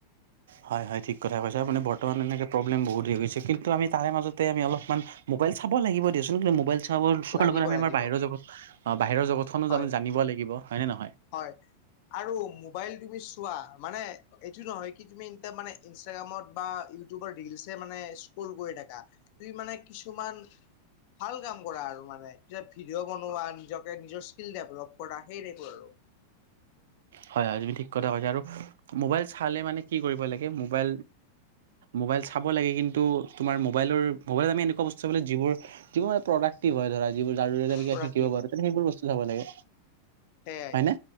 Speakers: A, on the right; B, on the left.
A: হয় হয় ঠিক কথা কৈছ মানে বৰ্তমান এনেকে প্ৰব্লেম হৈ গৈছে, কিন্তু আমি তাৰে মাজতে অলপ মান মোবাইল চাব লাগিব দেচোন মোবাইল চ চোৱাৰ
B: লাগিব
A: লগতে আমি
B: লাগিব
A: আমাৰ বাহিৰৰ জগত, বাহিৰৰ জগতখনো
B: হয়
A: আমি জানিব লাগিব। হয় নে নহয়
B: হয় আৰু মোবাইল মিনিছ চোৱা, মানে এইটো নহয় কি তুমি মানে ইনষ্টাগ্ৰামত বা ইউটিউবত ৰিলছয়েই মানে কৰি থাকা, তুমি মানে কিছুমান, ভাল কাম কৰা আৰু মানে ভিডিঅ' বনোৱা নিজকে, নিজৰ স্কিল ডেভেলপ কৰা সেই টাইপৰ আৰু।
A: হয় হয় তুমি ঠিক কথা কৈছা আৰু, মোবাইল চালে মানে কি কৰিব লাগে, মোবাইল মোবাইল চাব লাগে কিন্তু, তোমাৰ মোবাইলৰ, মোবাইলত আমি এনেকুৱা বস্তু চাব যিবোৰ, যিবোৰ মানে প্ৰডাক্টিভ হয়, ধৰা যিবোৰ জ
B: প্ৰডাক্টিভ
A: শিকিব পাৰো সেইবোৰ বস্তু চাব লাগে।
B: সেইয়াই,
A: হয় নে